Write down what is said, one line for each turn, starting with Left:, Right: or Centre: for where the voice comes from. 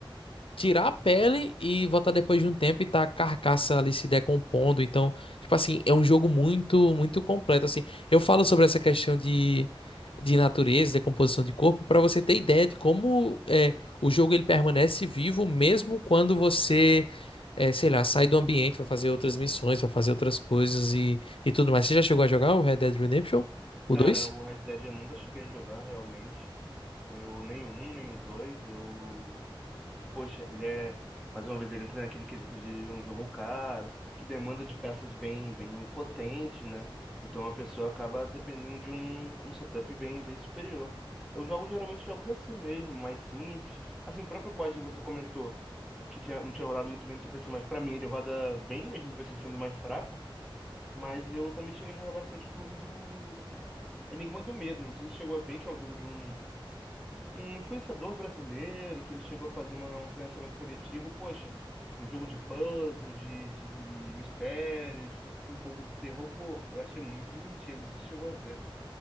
Left: tirar a pele e voltar depois de um tempo e tá a carcaça ali se decompondo. Então, tipo assim, é um jogo muito, muito completo, assim. Eu falo sobre essa questão de, de natureza, decomposição de corpo, para você ter ideia de como é, o jogo ele permanece vivo mesmo quando você, é, sei lá, sai do ambiente, vai fazer outras missões, vai fazer outras coisas e, e tudo mais. Você já chegou a jogar o Red Dead Redemption? O
Centre: Cara,
Left: dois
Centre: o Red Dead eu nunca cheguei a jogar realmente. Eu nem o 1, nem o 2. Eu. Poxa, ele é. Mais uma vez, ele entra naquele quesito de um jogo caro, que demanda de peças bem, bem potentes, né? Então a pessoa acaba dependendo de um, um setup bem, bem superior. Eu jogo geralmente jogos assim mesmo, mais simples. Assim, o próprio COD você comentou que tinha, não tinha rodado muito bem no seu PC, mas pra mim ele roda bem mesmo, o PC sendo mais fraco. Mas eu também cheguei a jogar bastante o jogo do Enigma do Medo. Não sei se você chegou a ver, que é um jogo de um, um influenciador brasileiro, que ele chegou a fazer uma- um financiamento coletivo. E, poxa, um jogo de puzzle, de, de, de mistérios, um pouco de terror. Pô, eu achei muito divertido. Não sei se você chegou a ver.